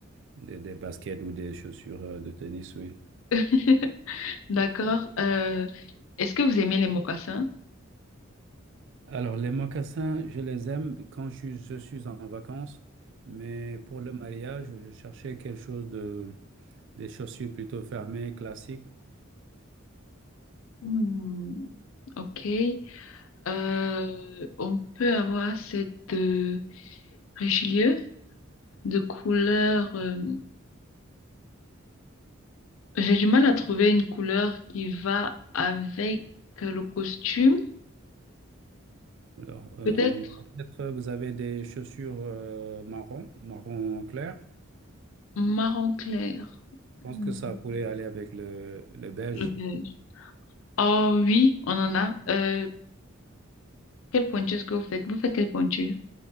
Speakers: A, on the right; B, on the left.
A: des, des baskets ou des chaussures euh, de tennis, oui.
B: <laughs> D'accord. Euh, est-ce que vous aimez les mocassins?
A: Alors, les mocassins, je les aime quand je, suis- je suis en vacances, mais pour le mariage, je cherchais quelque chose de, des chaussures plutôt fermées, classiques.
B: Hmm, Ok. Euh, on peut avoir cette euh, Richelieu de couleur. euh, j'ai du mal à trouver une couleur qui va avec le costume.
A: Alors, euh,
B: Peut-être
A: peut-être vous avez des chaussures euh, marron, marron clair.
B: marron clair. Hmm,
A: Je pense que ça pourrait aller avec le, le beige.
B: Le beige. Oh oui, on en a. Euh, quelle pointure est-ce que vous faites? Vous faites quelle pointure?